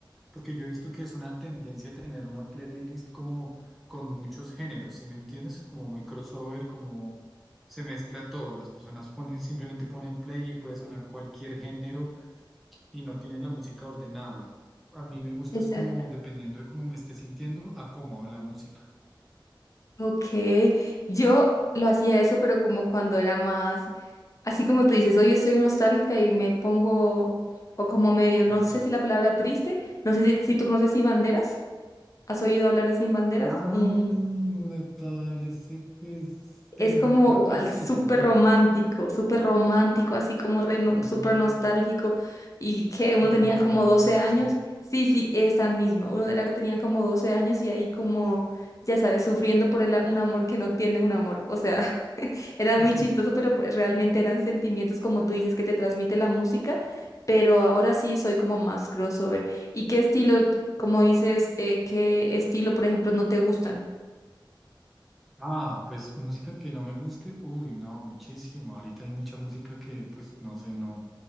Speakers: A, in the centre; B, on the left (about 40°).
A: porque yo he visto que es una tendencia tener una playlist como con muchos géneros, ¿sí me entiendes? Como muy crossover, como... Se mezcla todo, las personas ponen, simplemente ponen play y puede sonar cualquier género y no tienen la música ordenada. A mí me gusta
B: Exacto.
A: es como dependiendo de cómo me esté sintiendo, acomodo la música.
B: Ok, yo lo hacía eso, pero como cuando era más Así como tú dices, hoy estoy nostálgica y me pongo, o como medio, no
A: Exacto.
B: sé si la palabra triste, no sé si, si tú conoces Sin Banderas, ¿has oído hablar de Sin Banderas?
A: Ah,
B: Mm,
A: me parece que es- tengo,
B: es como
A: creo que
B: al
A: sí,
B: súper
A: tengo un-
B: romántico, súper romántico, así como re no-
A: un-
B: súper nostálgico. ¿Y que
A: como
B: Uno tenía
A: una balada,
B: como doce años.
A: sí.
B: Sí, sí, esa misma. Uno era que tenía como 12 años y ahí como, ya sabes, sufriendo por el, a- un amor que no tiene un amor. O sea, Era
A: <laughs>
B: muy chistoso, pero pues realmente eran sentimientos, como tú dices, que te transmite la música, pero ahora sí soy como más crossover. ¿Y qué estilo, t- como dices, eh, qué estilo, por ejemplo, no te gustan?
A: Ah, pues música que no me guste, uy, no, muchísimo. Ahorita hay mucha música que, pues, no sé, no,